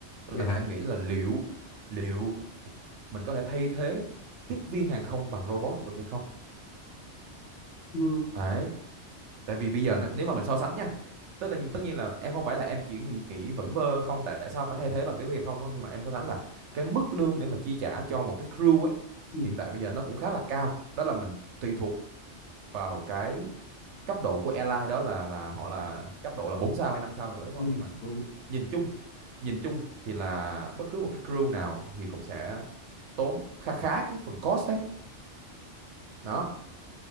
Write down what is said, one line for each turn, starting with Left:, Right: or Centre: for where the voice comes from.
Right: là
Left: vậy hả
Right: em nghĩ là liệu liệu mình có thể thay thế tiếp viên hàng không bằng robot được hay không
Left: ừ
Right: đấy tại vì bây giờ nó- nếu mà mình so sánh nha tức là tất nhiên là em không phải là em chỉ nghĩ vẫn vơ không tại sao phải thay thế bằng tiếng việt không đúng không nhưng mà em so sánh là cái mức lương để mà chi trả cho một cái crew ấy
Left: ừ
Right: hiện tại bây giờ nó cũng khá là cao đó là mình tùy thuộc vào cái cấp độ của airline đó là là họ là cấp độ là 4 sao hay 5 sao nữa đúng không
Left: ừ
Right: nhưng mà
Left: đúng
Right: nhìn chung nhìn chung thì là bất cứ một cái crew nào thì cũng sẽ tốn khá khá cái phần cost đấy đó